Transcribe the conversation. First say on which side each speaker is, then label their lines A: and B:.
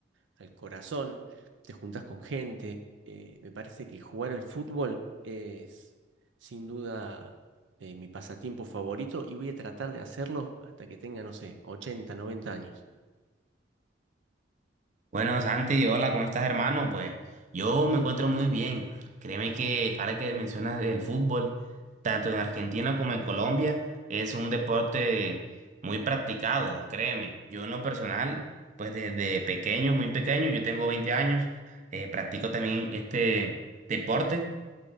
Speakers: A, on the right; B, on the right.
A: al corazón, te juntas con gente. eh, me parece que jugar al fútbol es sin duda eh, mi pasatiempo favorito y voy a tratar de hacerlo hasta que tenga, no sé, 80 90 años.
B: Bueno, Santi, hola, ¿cómo estás, hermano? Pues yo me encuentro muy bien. Créeme que ahora que mencionas el fútbol, tanto en Argentina como en Colombia, es un deporte muy practicado, créeme. Yo en lo personal, pues desde pequeño, muy pequeño, yo tengo 20 años, eh, practico también este deporte